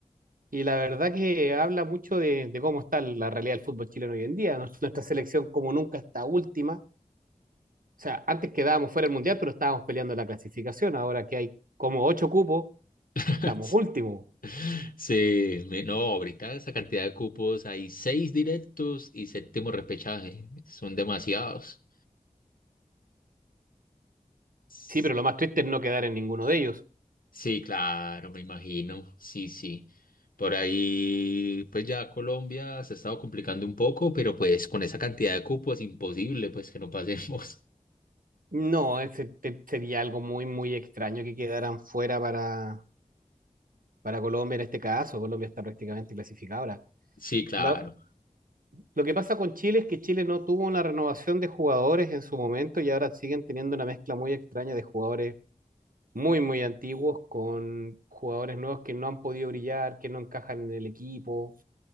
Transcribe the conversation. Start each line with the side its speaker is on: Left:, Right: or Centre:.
Right: Y la verdad que habla mucho de, de cómo está la realidad del fútbol chileno hoy en día. Nos- <laughs> Nuestra selección como nunca está última. O sea, antes quedábamos fuera del Mundial, pero estábamos peleando la clasificación. Ahora que hay como ocho cupos,
Left: <laughs>
Right: estamos últimos.
Left: Sí, me- no, ahorita esa cantidad de cupos, hay seis directos y séptimo repechaje, son demasiados. S-
Right: Sí, pero lo más triste es no quedar en ninguno de ellos.
Left: Sí, claro, me imagino, sí, sí. Por ahí, pues ya Colombia se ha estado complicando un poco, pero pues con esa cantidad de cupos imposible, pues que no pasemos.
Right: No, ese te- sería algo muy, muy extraño que quedaran fuera para, para Colombia en este caso. Colombia está prácticamente clasificada ahora.
Left: <laughs> Sí, claro.
Right: La, Lo que pasa con Chile es que Chile no tuvo una renovación de jugadores en su momento y ahora siguen teniendo una mezcla muy extraña de jugadores muy, muy antiguos con jugadores nuevos que no han podido brillar, que no encajan en el equipo.